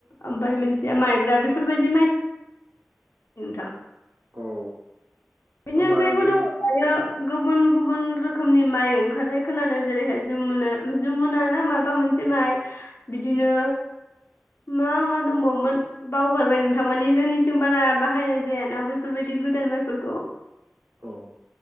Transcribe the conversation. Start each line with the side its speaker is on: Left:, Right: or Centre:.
Left: ओमफ्राय मोनसेया माइब्रा बेफोरबायदि माइ <inaudible> नोंथां।
Right: औ।
Left: बेनि
Right: होमबा
Left: अनगायैबो
Right: जों
Left: दङ दायो गुबुन गुबुन रोखोमनि माइ ओंखारनाय खोनादों जेरैहाय जुमुना जुमुना ना माबा मोनसे माइ बिदिनो मा मा दंबावोमोन बावगारबाय नोंथां मानि जोंनिथिं बारा बाहायनाय जायाना बैफोरबायदि गोदान माइफोरखौ।
Right: औ